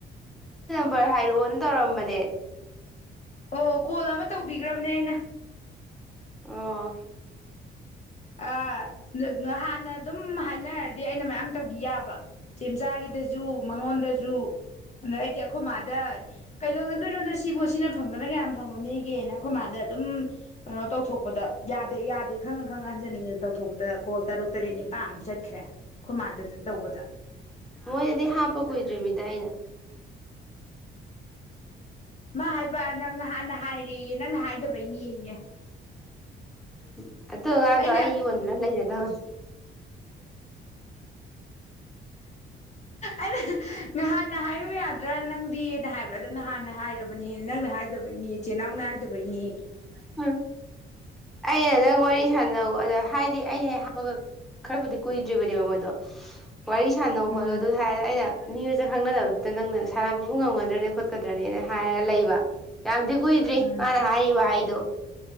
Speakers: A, in the centre; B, on the left.
A: ꯚꯔ ꯍꯥꯏꯔꯛꯑꯣꯅ ꯇꯧꯔꯝꯕꯅꯦ
B: ꯑꯣ ꯀꯣꯜ ꯑꯃ ꯇꯧꯕꯤꯈ꯭ꯔꯕꯅꯦ ꯑꯩꯅ
A: ꯑꯣ
B: ꯑ ꯅꯍꯥꯟꯅ ꯑꯗꯨꯝ ꯍꯥꯏꯅꯔꯗꯤ ꯑꯩꯅ ꯃꯌꯥꯝ ꯇꯧꯈꯤ ꯌꯥꯕ ꯆꯦꯝꯆꯥꯥꯛꯒꯤꯗꯖꯨ ꯃꯉꯣꯟꯗꯁꯨ ꯑꯗꯣ ꯑꯩꯗꯤ ꯑꯩꯈꯣꯏ ꯃꯥꯗ ꯀꯩꯗꯧꯅꯗꯣꯏꯅꯣꯗ ꯁꯤꯕꯨ ꯁꯤꯅ ꯐꯪꯗꯅ ꯀꯌꯥꯝ ꯐꯪꯉꯨꯅꯤꯒꯦꯅ ꯑꯩꯈꯣꯏ ꯃꯥꯗ ꯑꯗꯨꯝ ꯀꯩꯅꯣ ꯇꯧꯊꯣꯛꯄꯗ ꯌꯥꯗꯦ ꯌꯥꯗꯦ ꯈꯪ ꯈꯪ ꯍꯟꯖꯤꯟ ꯍꯟꯖꯤꯟ ꯇꯧꯊꯣꯛꯄꯗ ꯀꯣꯜ ꯇꯔꯨꯛ ꯇꯔꯦꯠ ꯅꯤꯄꯥꯃꯨꯛ ꯆꯠꯈ꯭ꯔꯦ ꯃꯥꯗꯁꯨ ꯇꯧꯕꯗ
A: ꯃꯣꯏꯗꯗꯤ ꯍꯥꯞꯄ ꯀꯨꯏꯗ꯭ꯔꯤꯃꯤꯗ ꯑꯩꯅ
B: ꯃꯥ ꯍꯥꯏꯕ ꯅꯪ ꯍꯥꯟꯅ ꯍꯥꯏꯔꯦꯌꯦ ꯅꯪꯅ ꯍꯥꯏꯗꯕꯩꯅꯦꯌꯦ
A: ꯎꯝ ꯑꯗꯨꯉꯥꯡꯗꯣ
B: ꯑꯩꯅ
A: ꯑꯩ ꯌꯣꯟꯗꯨꯅ ꯂꯩꯔꯗꯕꯅꯤ
B: ꯑꯩꯅ ꯅꯍꯥꯟꯅ ꯍꯥꯏꯌꯨ ꯌꯥꯗ꯭ꯔꯥ ꯅꯪꯗꯤꯅ ꯍꯥꯏꯕ ꯑꯗꯨꯝ ꯅꯍꯥꯟꯅ ꯍꯥꯏꯔꯕꯅꯤ ꯅꯪꯅ ꯍꯥꯏꯗꯕꯩꯅꯦ ꯏꯆꯦ ꯏꯅꯥꯎꯅ ꯍꯥꯏꯗꯕꯩꯅꯦ
A: ꯎ ꯑꯩꯅ ꯅꯪ ꯋꯥꯔꯤ ꯁꯥꯟꯅꯧ ꯑꯗꯣ ꯍꯥꯏꯗꯤ ꯑꯩꯅ ꯍꯦꯛ ꯍꯥꯄꯒ ꯈꯔꯕꯨꯗꯤ ꯀꯨꯏꯗ꯭ꯔꯤꯕꯅꯦꯕ ꯃꯣꯏꯗꯣ ꯋꯥꯔꯤ ꯁꯥꯟꯅꯧ
B: ꯎꯝ
A: ꯈꯣꯠꯂꯣ ꯑꯗꯨ ꯍꯥꯏꯔꯒ ꯑꯩꯅ ꯃꯤ ꯃꯁꯛ ꯈꯪꯅꯗꯕꯗꯨꯗ ꯅꯪꯅ ꯁꯥꯟꯅꯕꯕꯨ ꯉꯝꯒꯗ꯭ꯔꯅꯦ ꯈꯣꯠꯀꯗ꯭ꯔꯅꯦꯅ ꯍꯥꯏꯔꯒ ꯂꯩꯕ ꯌꯥꯝꯗꯤ ꯀꯨꯏꯗ꯭ꯔꯤ
B: ꯎꯝ
A: ꯃꯥꯅ ꯍꯥꯏꯔꯤꯕ ꯋꯥꯍꯩꯗꯣ